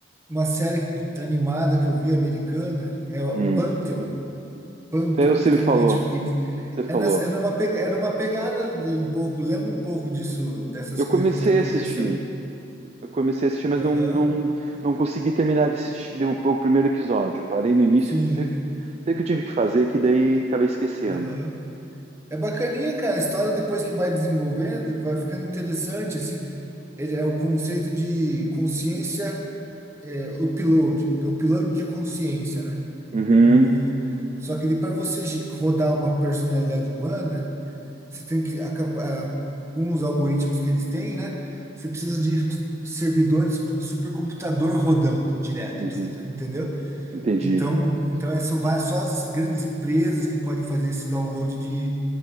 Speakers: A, on the right; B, on the right.
A: uma série animada que eu vi americana, é o
B: Hum.
A: Pantheon. Pantheon,
B: É, você
A: que tem
B: me falou,
A: no Netflix.
B: você falou.
A: É, nessa, é, numa, pega- é numa pegada um pouco, lembra um pouco disso, dessas
B: Eu
A: coisas
B: comecei
A: que a gente tá conversando.
B: a assistir. Eu comecei a assistir, mas
A: Aham.
B: não, não, não consegui terminar de assistir o, o primeiro episódio. Parei no início,
A: Sim.
B: não sei, o que não sei o que eu tive que fazer, que daí acabei esquecendo.
A: Aham. É bacaninha, cara. A história depois que vai desenvolvendo, vai ficando interessante, assim. Ele é o conceito de consciência, é, upload, upload de consciência, né?
B: Uhum,
A: No, só que ele para você gi- rodar uma personalidade humana, você tem que acap- a- com os algoritmos que eles têm, né? Você precisa de servidores de supercomputador rodando direto,
B: uhum,
A: tu- tu- tu- entendeu?
B: entendi.
A: Então, então é, são várias, só as grandes empresas que podem fazer esse download de,